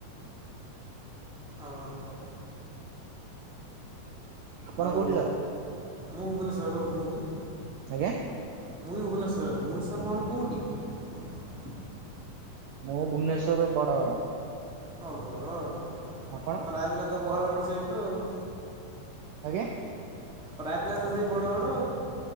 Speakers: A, in the centre; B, on the right.
A: ଓହୋ।
B: ଆପଣ
A: ଆଉ
B: କୋଉଠିକାର
A: ମୁଁ କୁ କନି ସର ମୁଁ ବି।
B: ଆଜ୍ଞା।
A: ମୁଁ ବି ଭୁବନେଶ୍ୱର ଭୁବନେଶ୍ୱର ଆପଣଙ୍କ ଘର କୋଉଠି?
B: ମୁଁ ଭୁବନେଶ୍ଵର ବଡଗଡ।
A: ହଉ ବରଗଡ
B: ଆପଣ?
A: ପ୍ରାୟ ପିଲା ତ ବର ଗଡ ସେଇଠୁ ଆଉ
B: ଆଜ୍ଞା?
A: ପ୍ରାୟ ପିଲା ତ ସେ ବଡ଼ଗଡ।